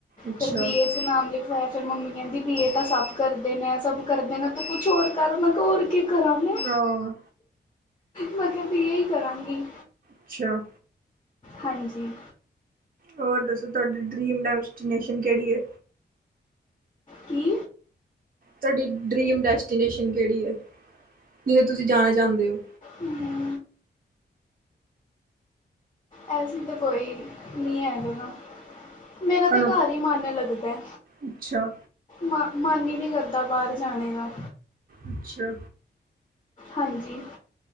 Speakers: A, on the right; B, on the left.
A: ਅੱਛਾ
B: ਫਿਰ ਬੀ ਏ ਚ ਨਾਮ ਲਿਖਵਾਇਆ ਫਿਰ ਮੰਮੀ ਕਹਿੰਦੀ। ਵੀ ਇਹ ਤਾਂ ਸਭ ਕਰਦੇ ਨੇ ਸਭ ਕਰਦੇ ਨੇ ਤੇ ਕੁਛ ਹੋਰ ਕਰ ਮੈਂ ਕਿਹਾ ਹੋਰ ਕਿ ਕਰਾਂ ਮੈਂ?
A: ਹਾਂ
B: ਮੈਂ ਕਿਹਾ ਬੀ ਏ ਹੀ ਕਰਾਂਗੀ।
A: ਅੱਛਾ।
B: ਹਾਂਜੀ।
A: ਹੋਰ ਦੱਸੋ ਤੁਹਾਡੀ ਡਰੀਮ ਡੈਸਟੀਨੇਸ਼ਨ ਕਿਹੜੀ ਹੈ।
B: ਕੀ।
A: ਤੁਹਾਡੀ ਡਰੀਮ ਡੈਸਟੀਨੇਸ਼ਨ ਕਿਹੜੀ ਹੈ ਜਿੱਥੇ ਤੁਸੀਂ ਜਾਣਾ ਚਾਹੁੰਦੇ ਹੋ।
B: ਹਮ। ਐਸੀ ਤਾਂ ਕੋਈ, ਨੀ ਐ ਜਗਾ। ਮੇਰਾ
A: ਤੁਹਾਨੂੰ
B: ਤਾਂ ਘਰ ਹੀ ਮਨ ਲੱਗਦੈ।
A: ਅੱਛਾ
B: ਮ ਮਨ ਹੀ ਨੀ ਕਰਦਾ ਬਾਹਰ ਜਾਣੇ ਦਾ।
A: ਅੱਛਾ।
B: ਹਾਂਜੀ